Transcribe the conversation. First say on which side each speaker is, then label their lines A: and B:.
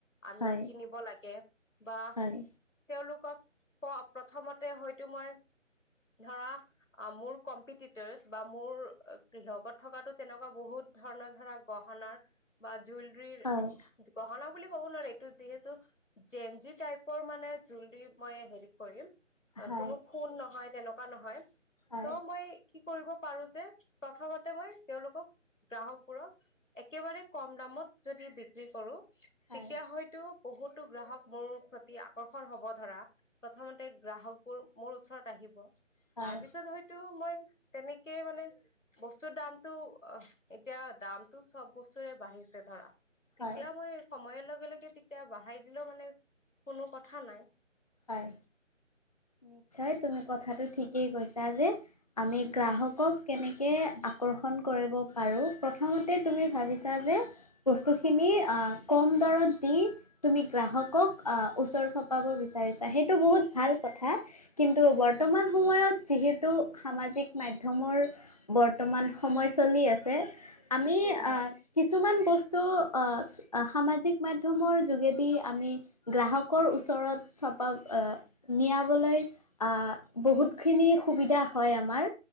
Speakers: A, on the left (about 75°); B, on the left (about 30°).
A: আমি
B: হয়
A: কিনিব লাগে বা
B: হয়
A: তেওলোকক পপ প্ৰথমতে হয়তো মই ধৰা মোৰ কম্পিটিটৰচ বা মোৰ লগত থকাতো যেনেকুৱা বহুত ধৰণৰ ধৰা গহনাৰ বা জুলৰীৰ
B: হয়
A: গহ বুলি ক'ব নোৱাৰি, এইটো যিহেতু জেনজি টাইপৰ মানে জুলৰী মই হেৰি কৰিম।
B: হয়
A: কোনো খুণ নহয়, তেনেকুৱা নহয়।
B: হয়
A: ত মই কি কৰিব পাৰো যে, প্ৰথমতে মই তেওঁলোকক গ্ৰাহকবোৰক, একেবাৰে কম দামত যদি বিক্ৰী কৰো
B: হয়
A: তেতিয়া হয়তো বহুতো গ্ৰাহক মোৰ প্ৰতি আকৰ্ষণ হব ধৰা। প্ৰথমতে গ্ৰাহকবোৰ মোৰ ওচৰত আহিব।
B: হয়
A: তাৰপিছত হয়তো মই তেনেকেই মানে বস্তুৰ দামটো, অ', এতিয়া দামটো চব বস্তুৰে বাঢ়িছে। ছে ধৰা।
B: হয়
A: তেতিয়া মই সময়ৰ লগে লগে তেতিয়া বঢ়াই দিলেও মানে কোনো কথা নাই।
B: হয়। নিশ্চয় তুমি কথাটো ঠিকেই কৈছা যে, আমি গ্ৰাহকক কেনেকে আকৰ্ষণ কৰিব পাৰো। প্ৰথমতে তুমি ভাবিছা যে বস্তুখিনি কম দৰত দি তুমি গ্ৰাহকক ওচৰ চপাব বি ছা, সেইটো বহুত ভাল কথা, কিন্তু বৰ্তমান
A: উম
B: সময়ত যিহেতু সামাজিক মাধ্যমৰ বৰ্তমান সময় চলি আছে। আমি
A: উম হুম
B: অ কিছুমান বস্তু স্তো অহ, সামাজিক মাধ্যমৰ যোগেদি আমি গ্ৰাহকৰ ওচৰত চপা নিয়াবলৈ বহুতখিনি সুবিধা হয় আমাৰ।